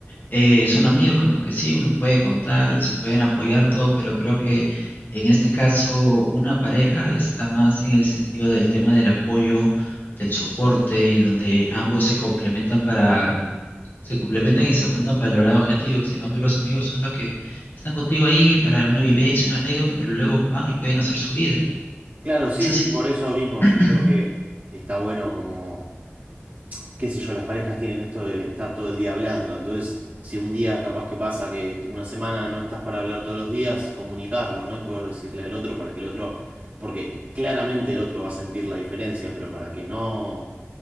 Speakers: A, on the left; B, on the right.
A: Eh, son amigos con los que sí, uno puede contar, se pueden apoyar todo, pero creo que en este caso una pareja está más en el sentido del tema del apoyo, del soporte, y donde ambos se complementan para, se complementan y se juntan para lograr objetivos. En cambio, los amigos son los que están contigo ahí para una vivencia, una anécdota, pero luego van y pueden hacer su vida.
B: Claro, sí,
A: ¿Es así?
B: sí, por eso mismo
A: <clears throat>
B: yo creo que está bueno como qué sé yo, las parejas tienen esto de estar todo el día hablando, entonces si un día capaz que pasa que una semana no estás para hablar todos los días, comunicarlo, ¿no? Y poder decirle al otro para que el otro, porque claramente el otro va a sentir la diferencia, pero para que no